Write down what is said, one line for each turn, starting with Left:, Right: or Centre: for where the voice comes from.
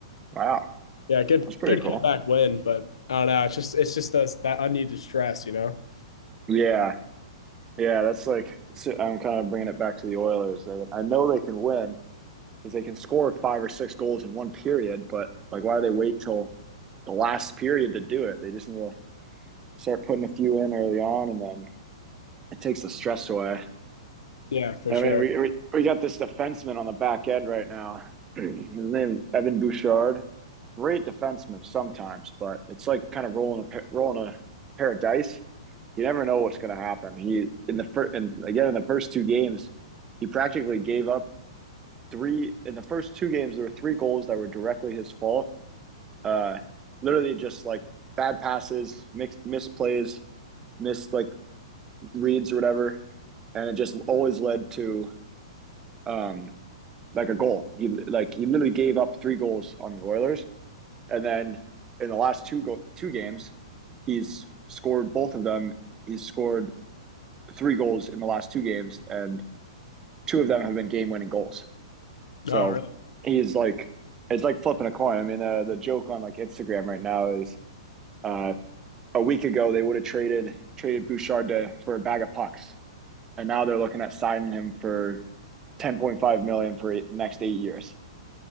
Right: Wow,
Left: yeah, good
Right: that's pretty
Left: good
Right: cool.
Left: comeback win. But I don't know. It's just it's just those, that unneeded stress, you know.
Right: Yeah, yeah, that's like so I'm kind of bringing it back to the Oilers. I I know they can win because they can score five or six goals in one period, but like, why do they wait till the last period to do it? They just need to start putting a few in early on, and then it takes the stress away.
Left: Yeah, for
Right: I
Left: sure.
Right: mean, we we, we got this defenseman on the back end right now. <clears throat> His name Evan Bouchard, great defenseman sometimes, but it's like kind of rolling a pa- rolling a pair of dice you never know what's going to happen. He in the first and again in the first two games, he practically gave up three in the first two games. There were three goals that were directly his fault. Uh, literally just like bad passes, mixed misplays, missed like reads or whatever, and it just always led to um like a goal. He like he literally gave up three goals on the Oilers, and then in the last two go- two games, he's scored both of them. He's scored three goals in the last two games, and two of them have been game-winning goals. So
Left: Oh, really?
Right: he's like, it's like flipping a coin. I mean, uh, the joke on like Instagram right now is uh, a week ago they would have traded traded Bouchard to, for a bag of pucks, and now they're looking at signing him for ten point five million dollars for eight, the next eight years.